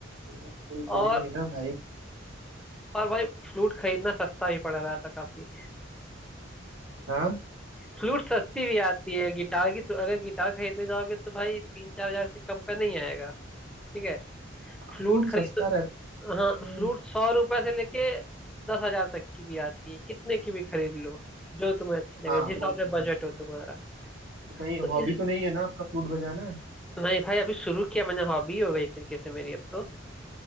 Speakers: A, on the right; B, in the centre.
A: बढ़िया खेल खेलेंगे
B: और
A: ना भाई
B: और भाई फ्लूट खरीदना सस्ता भी पड़ रहा था काफी
A: हाँ
B: फ्लूट सस्ती भी आती है गिटार की तो अगर गिटार खरीदने जाओगे तो भाई तीन चार हजार से कम का नहीं आएगा ठीक है फ्लूट
A: फ्लूट
B: खरीद
A: सस्ता रहता
B: तो, हाँ
A: है
B: फ्लूट सौ रुपए से लेके दस हजार तक की भी आती है कितने की भी खरीद लो जो तुम्हें अच्छी लगे
A: हाँ
B: जिस हिसाब
A: वो तो
B: से बजट
A: है
B: हो तुम्हारा
A: तो कहीं
B: तो
A: हॉबी
B: इस
A: तो नहीं है ना आपका फ्लूट बजाना
B: नहीं भाई अभी शुरू किया मैंने हॉबी हो गई एक तरीके से मेरी अब तो